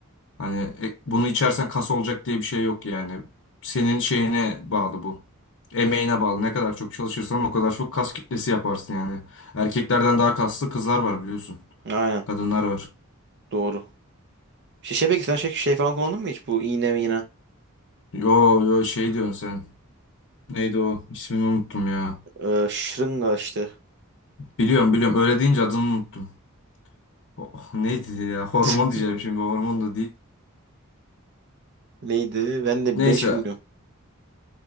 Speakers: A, on the left (about 65°); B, on the right (about 50°).
A: Hani e, bunu içersen kas olacak diye bir şey yok yani. Senin şeyine bağlı bu. Emeğine bağlı. Ne kadar çok çalışırsan o kadar çok kas kitlesi yaparsın yani. Erkeklerden daha kaslı kızlar var biliyorsun.
B: bunun. Aynen.
A: Kadınlar var.
B: Doğru. Şey, şey peki sen şey, şey falan kullandın mı hiç? Bu iğne mi yine?
A: Yo yo şey diyorsun sen. Neydi o? İsmini unuttum ya.
B: Ee, şırınga işte.
A: Biliyorum biliyorum. Öyle deyince adını unuttum. Oh, neydi ya? Hormon
B: <laughs>
A: diyeceğim şimdi. Hormon da değil.
B: Neydi? Ben de
A: Neyse.
B: ben hiç bilmiyorum.